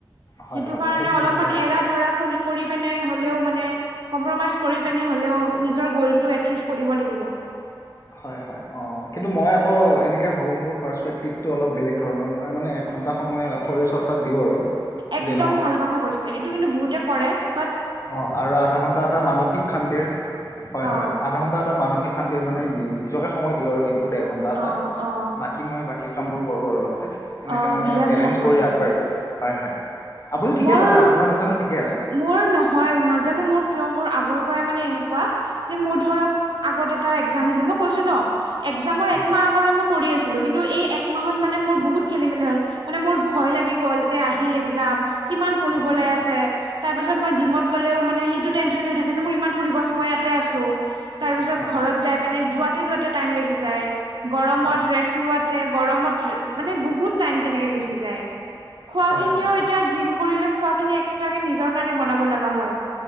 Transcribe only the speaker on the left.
হয়
হয়
একদম ঠিক
কথা কৈছে।
হয়, হয়। অ', কিন্তু মই আকৌ এনেকে ভাবো, মোৰ প্ৰাচপেকটিভ অলপ বেলেগ ধৰণৰ। মই মানে একঘণ্টা সময় শৰীৰ চৰ্চাত দিওঁ আৰু!
যি নহওক
অ', আৰু আধাঘণ্টা এটা মানসিক শান্তিৰ হয়-হয়
আধাঘন্টা এটা মানসিক শান্তিৰ মানে নি নিজকে সময় দিওঁ আৰু দিনটোৰ দেৰঘন্টা এটা।
বাকী মই বাক কী কামবোৰ কৰোঁ আৰু লগতে, এনেকে
মানে
বেলেঞ্চ
কৰি আগবাঢ়ি যা হয়, হয়। আপুনি ঠিকে
কৈছে, আপোনাৰ কথাটো ঠিকে আছে।
হয়
অঁ অঁ
হয়
হয়
হয়
হয়
হয়
হয় ঠিক